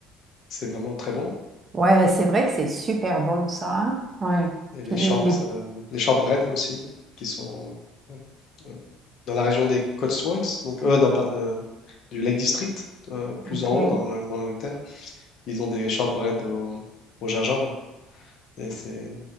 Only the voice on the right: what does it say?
Ouais, c'est vrai que c'est super bon ça. hein. Ouais.
Puis
les... les-
OK.